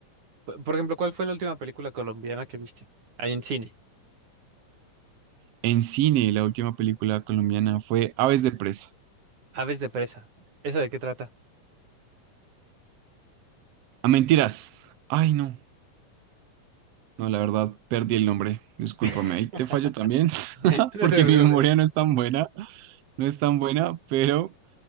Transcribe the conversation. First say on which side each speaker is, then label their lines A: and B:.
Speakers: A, on the right; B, on the right.
A: Por por ejemplo, ¿cuál fue la última película colombiana que viste? Ahí en cine.
B: En cine, la última película colombiana fue Aves de Presa.
A: Aves de presa. eso de qué trata?
B: A mentiras. Ay, no. No, la verdad, perdí el nombre. Discúlpame,
A: <laughs>
B: ahí te fallo también,
A: No
B: <laughs>
A: te
B: porque
A: preocupes.
B: mi memoria no es tan buena, no es tan buena, pero